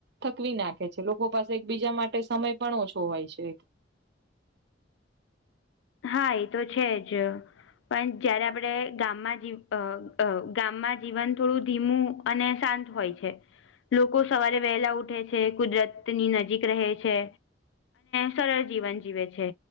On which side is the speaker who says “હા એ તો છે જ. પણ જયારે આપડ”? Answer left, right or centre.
Left